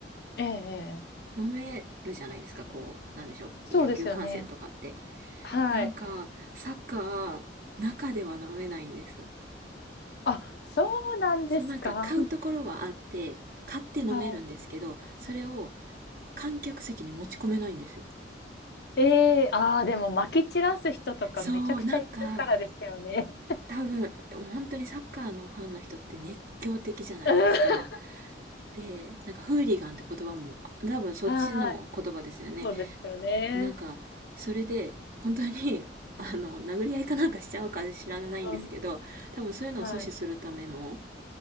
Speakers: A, on the left (about 60°); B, on the right (about 50°).
A: ええ、ええ
B: 飲めるじゃないですか、こう、なんでしょう、
A: そうですよね。
B: 野球観戦とかって。
A: はい。
B: なんか、サッカー、中では飲めないんです。
A: あ、そうなんですか。
B: そうなんか買うところはあって、買って飲めるんですけど、
A: は
B: それを観客席に持ち込めないんですよ。
A: い。ええ、ああ、でも、まき散らす人とかめちゃくちゃいるからですよね。
B: そう、なんか、多分本当にサッカーのファンの人って熱狂的じゃないですか
A: <laughs> う
B: でなんかフーリガンって言葉も多分そっちの言葉ですよね
A: んはい。そうですよね。
B: なんかそれで本当に <laughs> あの殴り合いかなんかしちゃうか知らないんですけど多分そういうのを阻止するための
A: うん。はい。